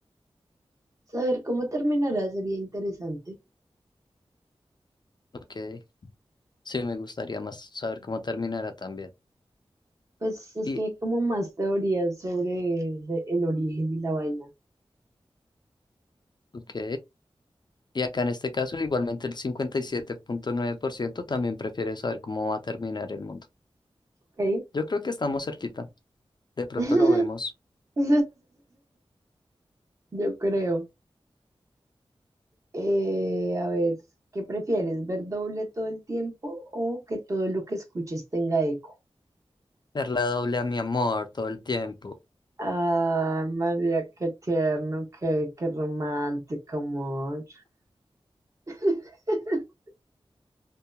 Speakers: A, on the right (about 30°); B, on the left (about 45°).
A: saber cómo terminará sería interesante.
B: Ok. Sí, me gustaría más saber cómo terminará también.
A: Pues es
B: Y...
A: que hay como más teorías sobre de- el origen y la vaina.
B: Ok. Y acá en este caso, igualmente el cincuenta y siete punto nueve por ciento también prefiere saber cómo va a terminar el mundo.
A: Ok.
B: Yo creo que estamos cerquita. De pronto
A: <laughs>
B: lo vemos.
A: Yo creo. Eh, a ver, ¿qué prefieres? ¿Ver doble todo el tiempo o que todo lo que escuches tenga eco?
B: Perla doble a mi amor todo el tiempo.
A: Ah, María, qué tierno, qué, qué romántico, amor. <laughs>